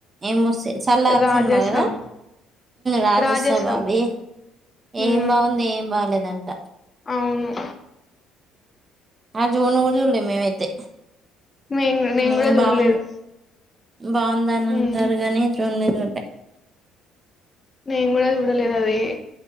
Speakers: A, on the right; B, on the left.
A: ఏమ వస్త సల్లార్
B: రాజసబ్
A: సినిమా కదా, రాజ్యసభవి
B: రాజసబ్ ఉమ్
A: ఏం బాగుంది ఏం బాగలేదంట,
B: అవును
A: ఆ చూడను కూడా చూలే మేమైతే
B: నేను కూడా- నేను
A: ఉ
B: కూడా చూడలేదు
A: బాగున్నా, బాగుందని అంటారు.
B: ఉమ్
A: కాని చూడనే చూలే,
B: నేను కూడా చూడలేదు అది